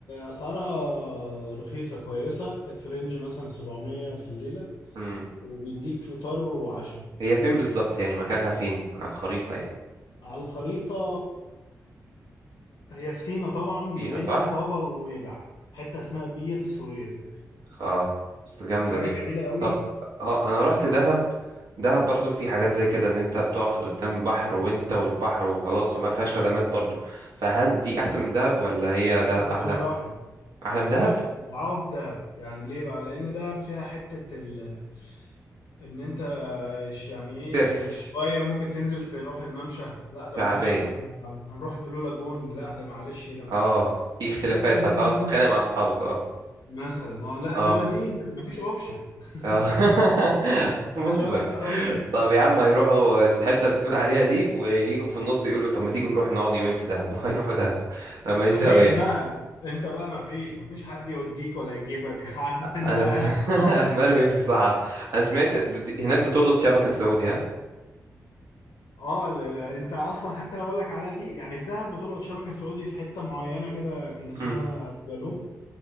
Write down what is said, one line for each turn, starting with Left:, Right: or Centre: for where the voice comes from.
Left: اسعارها رخيصه كويسه كانت في رينج مثلا 700 في الليله
Right: مم.
Left: وبيديك فطار وعشاء
Right: هي فين بالظبط يعني مكانها فين على الخريطه يعني
Left: على الخريطه هي في سينا طبعا ما
Right: فينا
Left: بين
Right: صح
Left: طابا ونويبع حته اسمها بير سوير
Right: اه بس جامدة
Left: حاجه
Right: دي
Left: جميله قوي
Right: طب اه انا رحت دهب دهب برضو في حاجات زي كده ان انت بتقعد قدام بحر وانت والبحر وخلاص وما فيهاش خدمات برضو فهل دي احسن من دهب ولا هي دهب
Left: بمراحل
Right: احلى
Left: بمراحل
Right: احلى من دهب
Left: اضعاف دهب يعني ليه بقى لان دهب فيها حته ال... ان انت إيش يعني ايه
Right: ترس
Left: شوية ممكن تنزل تروح الممشى لا ده
Right: شعبية
Left: معلش ده هن- هنروح البلو لاجون لا ده معلش ده م-
Right: اه في اختلافات
Left: هتحس ان
Right: هتقعد
Left: انت ممكن
Right: تتخانق مع اصحابك اه
Left: مثلا اه لا
Right: اه
Left: انما دي انت مفيش اوبشن <laughs>
Right: اه
Left: انت
Right: <laughs>
Left: مفيش
Right: مجبر
Left: عشان اقول لك تعرف على حد.
Right: طب يا عم هيروحوا الحتة اللي بتقول عليها دي ويجوا في النص يقولوا طب ما تيجوا نروح نقعد يومين في دهب <laughs> وهيروحوا دهب لما
Left: مفيش
Right: يزهقوا يعني
Left: بقى انت بقى مفيش مفيش حد يوديك ولا يجيبك <laughs> عارف انت
Right: انا
Left: قاعد تروح
Right: <laughs> مرمي في الصحراء انا سمعت
Left: اه
Right: بدي- هناك بتلقط شبكه سعودي ها
Left: آه، لا لا انت اصلا حتى لو اقول لك على دي يعني في دهب بتلقط شبكة سعودي في حتة معينة كده كان اسمها
Right: امم
Left: بلوم